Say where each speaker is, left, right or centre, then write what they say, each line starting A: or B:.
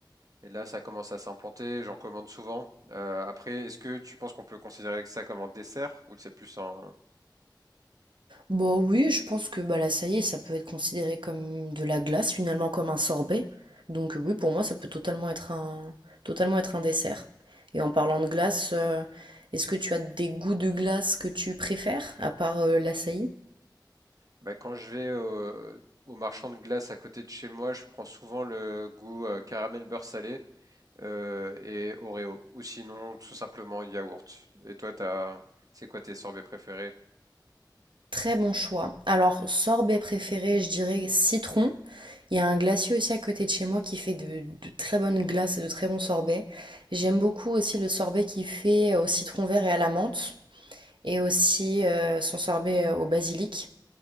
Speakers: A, on the right; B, on the right.
A: Et là, ça commence à s'implanter, j'en commande souvent. Euh, après, est-ce que tu penses qu'on peut considérer ça comme un dessert ou c'est plus un...
B: Bon, oui, je pense que bah là, ça y est, ça peut être considéré comme de la glace, finalement comme un sorbet. Donc euh, oui, pour moi, ça peut totalement être un, totalement être un dessert. Et en parlant de glace, euh, est-ce que tu as des goûts de glace que tu préfères, à part euh, l'açaï?
A: Bah, quand je vais au, au marchand de glace à côté de chez moi, je prends souvent le goût euh, caramel beurre salé euh, et Oreo. Ou sinon, tout simplement yaourt. Et toi, t'as... c'est quoi tes sorbets préférés?
B: Très bon choix. Alors, sorbet préféré, je dirais citron. Il y a un glacier aussi à côté de chez moi qui fait de, de très bonnes glaces et de très bons sorbets. J'aime beaucoup aussi le sorbet qu'il fait euh, au citron vert et à la menthe. Et aussi euh, son sorbet euh, au basilic.